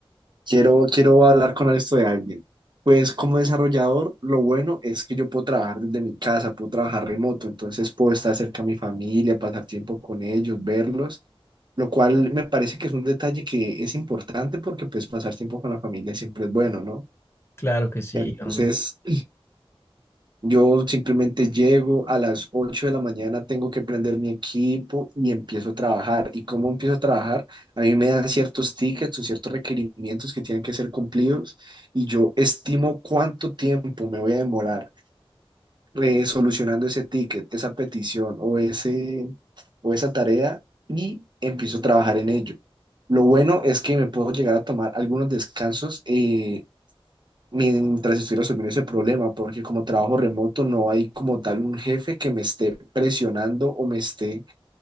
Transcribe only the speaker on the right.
Quiero, quiero hablar con esto de alguien. Pues como desarrollador, lo bueno es que yo puedo trabajar desde mi casa, puedo trabajar remoto, entonces puedo estar cerca a mi familia, pasar tiempo con ellos, verlos, lo cual me parece que es un detalle que es importante porque pues pasar tiempo con la familia siempre es bueno, ¿no?
Entonces,
yo simplemente llego a las 8 de la mañana, tengo que prender mi equipo y empiezo a trabajar. ¿Y cómo empiezo a trabajar? A mí me dan ciertos tickets o ciertos requerimientos que tienen que ser cumplidos y yo estimo cuánto tiempo me voy a demorar eh, solucionando ese ticket, esa petición o ese, o esa tarea y empiezo a trabajar en ello. Lo bueno es que me puedo llegar a tomar algunos descansos eh, mientras estoy resolviendo ese problema, porque como trabajo remoto no hay como tal un jefe que me esté presionando o me esté